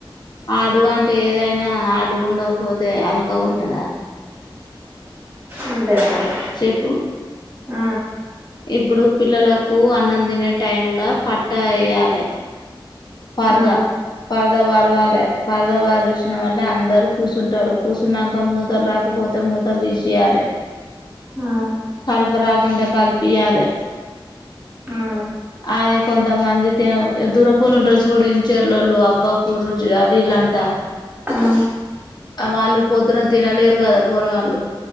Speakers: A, on the left; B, on the right.
A: హడ్ అంటే ఏదైనా హడ్ గుండకపోతే అల్కగుంటదా
B: అంతేనండి
A: చెప్పు
B: ఆ
A: ఇప్పుడు పిల్లలకు అన్నం తినే టైంలా పట్టా ఎయ్యలే పరదా
B: ఆ ఆ
A: పరదా పర్వాలే పరదా పరీచినోళ్ళే అందరు కూస్ కూర్చుంటారు కూసున్నాక మూతలు రాకపోతే మూతలు తీసియాలే
B: ఆ
A: కలుప రాకుంటే కలిపియాలే
B: ఆ
A: అదే కొంత మంది తన్ దూరపోల్ ఉంట చూడించర్లోళ్ళు అబ్బా పూరు అ వీలంతా
B: మ్
A: ఆ వాళ్ళు పొద్దున తినలేరు కదా పూరగాళ్ళు